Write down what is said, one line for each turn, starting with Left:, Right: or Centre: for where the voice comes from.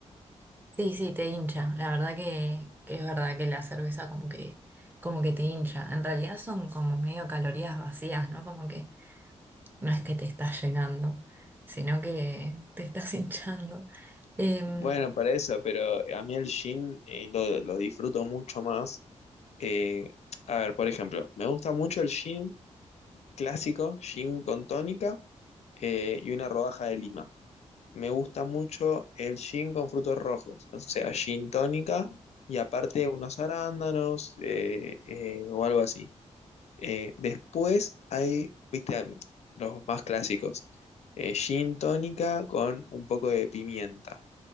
Right: Sí, sí, te hincha. La verdad que, que es verdad que la cerveza como que, como que te hincha. En realidad son como medio calorías vacías, ¿no? Como que no es que te estás llenando, sino que te estás <laughs> hinchando. Em,
Left: Bueno, para eso, pero a mí el gin eh, lo, lo disfruto mucho más. Eh, a ver, por ejemplo, me gusta mucho el gin clásico, gin con tónica eh, y una rodaja de lima. Me gusta mucho el gin con frutos rojos, o sea, gin tónica y aparte unos arándanos eh, eh, o algo así. Eh, después hay, viste, am, los más clásicos. Eh, gin tónica con un poco de pimienta.